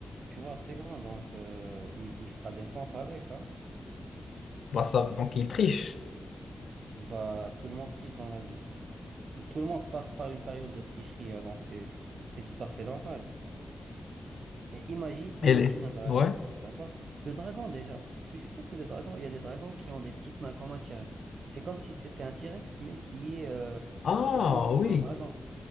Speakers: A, on the right (about 75°); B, on the left (about 80°).
A: tu vois, assez grandes, donc euh, il, il fera des pompes avec, hein.
B: Bah ça, donc il triche.
A: Bah, tout le monde triche dans la vie. Tout, tout le monde passe par une période de tricherie, hein, donc c'est, c'est tout à fait normal. Et imagine, imagine
B: Elle est.
A: un dragon,
B: Ouais.
A: d'accord? Le dragon déjà, est-ce que je sais que le dragon, il y a des dragons qui ont des petites mains comme un T-Rex. C'est comme si c'était un T-Rex, mais qui est, euh,
B: Ah
A: qui s'est transformé
B: oui.
A: en dragon.